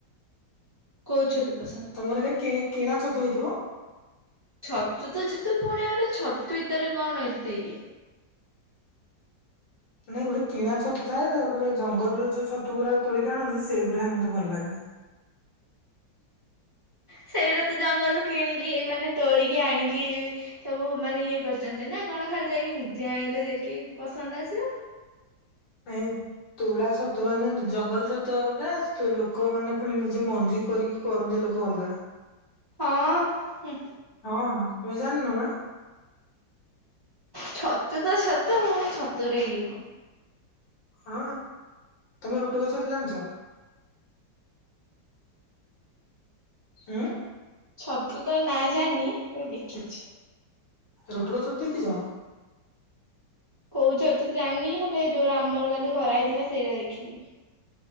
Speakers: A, on the right; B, on the left.
A: କୋଉ ଛତୁ। ପସନ୍ଦ?
B: ତମର ଏଇଟା କିଣା ଛତୁ ହେଇଥିବ।
A: ଛତୁ ତ ଛତୁ ପୁଣି ଘରେ ଛତୁ ଇତରେ କଣ ଏତେ ଇଏ।
B: ନାଇଁ ଗୋଟେ କିନା ଛତୁ ଥାଏ ତାପରେ ଜଙ୍ଗଲରେ ଯୋଉ ଛୁଡା ତୋଳିକି ଆଣନ୍ତି ସେଇଗୁଡା ହଁ ମୋତେ ଭଲ ଲାଗେ।
A: ସେଇରେ ତ ଜଙ୍ଗଲରୁ କିଣିକି ଏମାନେେ ତୋଳିକି ଆଣିକି ସବୁ ମାନେ ଇଏ କରିଛନ୍ତି ନା କଣ ଖାଲି ଯାଇକି ନିଜେ ଆଇଲେ ଯାଇକି ପସନ୍ଦ ଆସିବ।
B: ପାଇଁ ତୁଳା ଛତୁ ମାନେ ଜଙ୍ଗଲ ଛତୁ ଆଲଗ ଲୋକ ମାନେ ପୁଣି ନିଜେ ମଞ୍ଜିୁର କରିକି କରନ୍ତି ଲୋକ ଅଲଗା।
A: ହଁ ହୁଁ।
B: ହଁ ତୁମେ ଜାଣନ ନା।
A: ଛତୁ ତ ଛତୁ ପୁଣି ଛତୁ ରେ ଇଏ କଣ
B: ହଁ ତମେ ରୁଟୁଗଛ ତ ଜାଣିଛ। ଉଁ
A: ଛତୁ ତ ନାଁ ଜାଣିନି ହେଲେ ଦେଖିଛି।
B: ରୁଟୁକ ଛତୁ ଦେଖିଛ।
A: କହୁଛ ତୁ ଜାଣିନ ହେଲେ ଯୋଉଟା ଆମର କାଲି କରାହେଇଥିଲା ସେଇଟା ଦେଖିଲି।